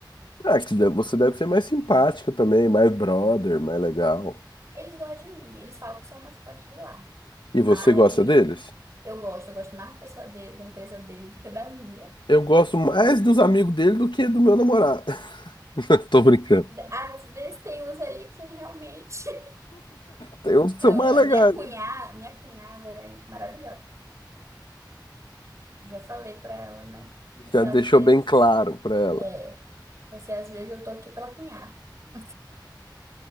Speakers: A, on the left; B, on the right.
A: Ah, que de- você deve ser mais simpática também, mais brother, mais legal.
B: Eles gostam de mim. Eles falam que eu sou a mascote de lá.
A: E você
B: Aí
A: gosta deles?
B: eu gosto. Eu gosto mais da pessoa dele, da empresa dele do que da minha.
A: Eu gosto mais dos amigos dele do que do meu namorado. Tô brincando.
B: Às vezes tem uns ali que realmente... <laughs>
A: Tem uns que
B: Eu-
A: são mais legais.
B: a minha cunhada, minha cunhada é maravilhosa. Já falei pra ela, né? Você
A: Já
B: às
A: deixou
B: vezes...
A: bem claro pra ela.
B: é, Vai ser, às vezes eu tô aqui pela cunhada. <laughs>